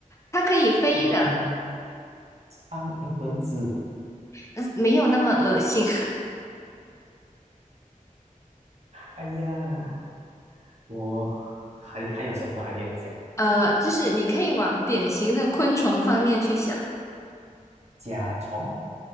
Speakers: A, on the left (about 20°); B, on the right (about 50°).
A: 它可以飞的，
B: 哦，很苍蝇、蚊子。
A: 呃没有那么恶心。
B: 哎呀，我还还有什么还没有讲？
A: <laughs> 呃，就是你可以往典型的昆虫方面去想，
B: 甲虫、